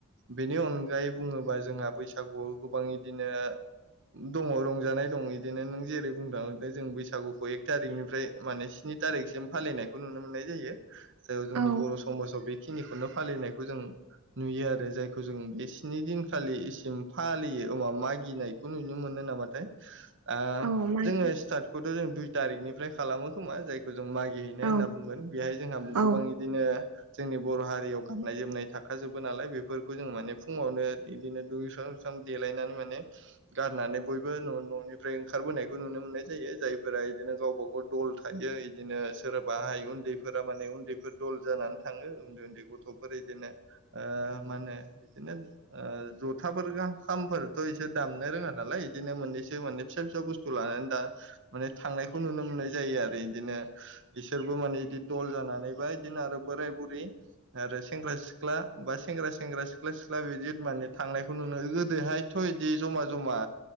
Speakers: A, on the right; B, on the right.
A: बेनि अन गायै बुङोबा जोंहा बैसागुआव गोबां इदिनो दङ रंजानाय दं इदिनो नों जेरै बुंदों जों बैसागु सागुखौ एक तारिकनिफ्राय माने स्नि तारिखसिम फालिनायखौ नुनो मोननाय जायो। जायाव जोंनि
B: औ
A: बर' समाजाव बेखिनिखौनो फालिनायखौ जों नुयो आरो जायखौ जों बे स्नि दिनखालिसिम फालियो <unintelligible> मागिनायखौ नुनो मोनो नामाथाय। ओ
B: औ मागि
A: जोङो स्टार्टखौथ' जों दुइ तारिखनिफ्राय खालामो खोमा जायखौ जों मागिहैनो
B: औ
A: होनना बुंगोन बेहाय जोंहा
B: औ
A: गोबां इदिनो जोंनि बर' हारियाव गाननाय जोमनाय थाखाजोबो नालाय बेफोरखौ जों माने फुङावनो इदिनो दुगै <unintelligible> देलायनानै माने गाननानै बयबो न' न'निफ्राय ओंखारबोनायखौ नुनो मोननाय जायो जाय फोरा इदिनो गावबा गाव दल थायो इदिनो सोरबाहाय उन्दै फोरा माने उन्दैफोर दल जानानै थाङो उन्दै उन्दै गथ'फोर इदिनो ओ मा होनो नो ओ ज'थाफोर खामफोरथ' इसोर दामनो रोङा नालाय इद दिनो मोननैसो माने फिसा फिसा बुस्थु लानानै दा माने थांनायखौ नुनो मोननाय जायो आरो इदिनो इसोरबो माने इदि दल जानानै बा इदिनो आरो बोराय बुरि आरो सेंग्रा सिख्ला बा सेंग्रा सेंग्रा सिख्ला सि ख्ला बिदि माने थांनायखौ नुनो गोदोहायथ' इदि जमा जमा